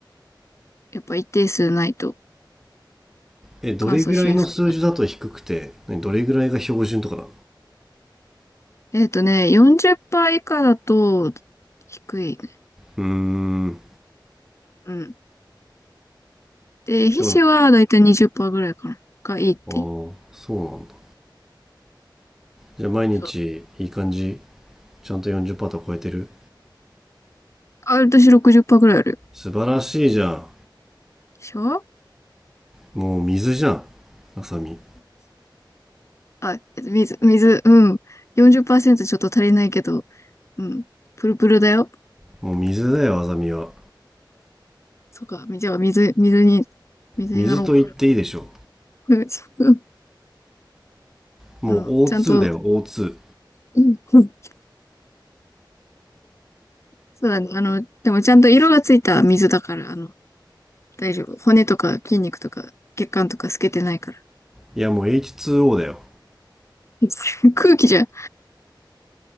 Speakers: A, on the left; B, in the centre.
A: やっぱ一定数ないと
B: ええどれぐらいの数字だと低くて何どれぐらいが標準とかな
A: 乾燥しやすくなる。えっとね、40%以下だと低いね。
B: うーん
A: うん。で、皮脂はだいたい20%
B: そうなの
A: ぐらいかな。がいいって。
B: ああそうなんだじゃあ毎日いい感じ
A: そう。
B: ちゃんと40%ト超えてる
A: あ、私60%ぐらいあるよ。
B: 素晴らしいじゃん
A: でしょう
B: もう水じゃんあさみ
A: あ、えっと水、水、うん。40%ちょっと足りないけど、うん。プルプルだよ。
B: もう水だよあさみは
A: そうか、じゃあ水、水に、水になろうかな。
B: 水と言っていいでしょ
A: <laughs>
B: もう
A: あのちゃんと、
B: O2 だよ
A: <laughs>
B: O2
A: うんうんそうだね。あの、でもちゃんと色がついた水だから、あの、大丈夫。骨とか筋肉とか血管とか透けてないから。
B: いやもう H2O だよ
A: <laughs> 空気じゃん。